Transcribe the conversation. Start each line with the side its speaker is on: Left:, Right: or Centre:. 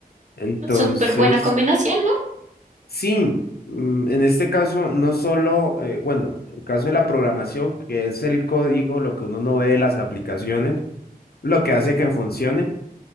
Left: Entonces...
Right: Súper buena combinación,
Left: Sí, mm, en este caso no solo, eh, bueno, el caso de la programación, que es el código, lo que uno no ve de las aplicaciones, lo que hace que funcione.